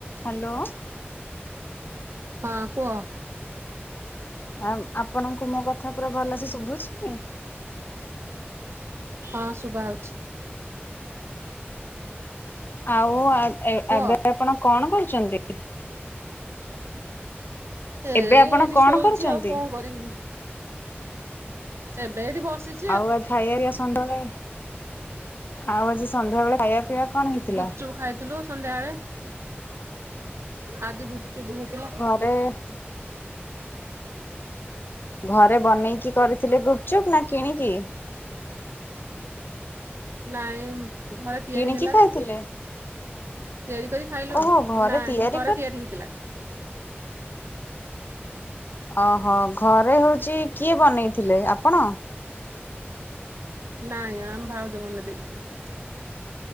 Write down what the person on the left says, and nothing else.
Hello.
ଆମ୍ ଆପଣଙ୍କୁ ମୋ କଥା ପୁରା ଭଲସେ ଶୁଭୁଛି?
ଆଉ ଆ ଏବେ
ଆପଣ କଣ କରୁଛନ୍ତି?
ଏବେ
ଆପଣ କଣ
କରୁଛନ୍ତି?
ଆଉ ଖାଇବା ସନ୍ଧ୍ୟାବେଳେ ଆଉ ଆଜି ସନ୍ଧ୍ୟାବେଳେ ଖାଇବା ପିଇବା କଣ ହେଇଥିଲା?
ତ ଘରେ ବନେଇକି କରିଥିଲୁ ଗୁପଚୁପ୍ ନା କିଣିକି।?
କିଣିକି
ଖାଇଥିଲେ
ଓହୋ ଘରେ
କରି
ଅହଃ, ଘରେ ହଉଛି କିଏ ବନେଇଥିଲେ ଆପଣ?